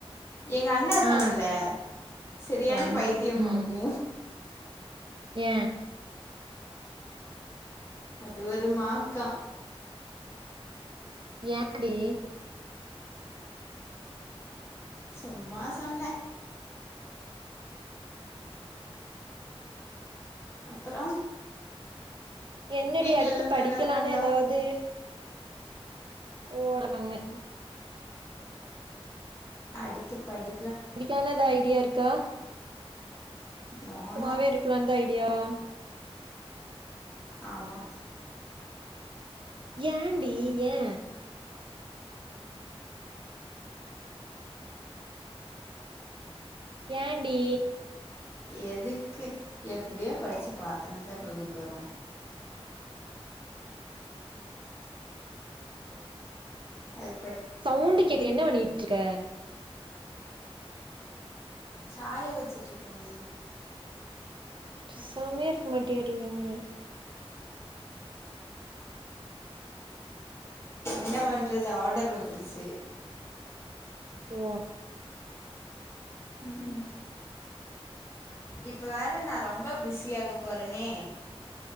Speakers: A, on the left (about 25°); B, on the right (about 55°).
A: எங் அண்ணா இருக்காங்கல்ல
B: ஆ
A: சரியான
B: வெளங்கிடு
A: பைத்தியமாக்கு
B: ம் ஏ
A: அது ஒரு மாக்கா
B: ஏ டி
A: சும்மா சொன்ன அப்புறோ
B: என்னடி
A: வீட்ல
B: அடுத்து
A: எல்லா
B: படிக்கலானா
A: நல்லா இருக்காங்களா
B: எதாவ்து <inaudible>
A: அடுத்து படி
B: படிக்களான்ன எதா ஐடியா இருக்கா
A: நானு
B: சும்மாவே இருக்குலான்தா ஐடியாவா
A: ஆமா
B: ஏன்டி ஏ ஏன்டி
A: எதுக்கு எப்டியோ படிச்சு பாத்ரம் தா கழுவப் போறோ
B: விளங்கிரு
A: அது
B: சவுண்டு கேட்டு என்ன பண்ணிகிட்ருக்க
A: சாய வச்சிட்ருக்கண்டி
B: பெசாம்யே இருக் மாட்யாடி நீயி
A: என்ன பண்றது ஆடர் வந்துர்ச்சு
B: ஓ
A: ம் இப்ப வேற நா ரொம்ப பிஸியாக போறனே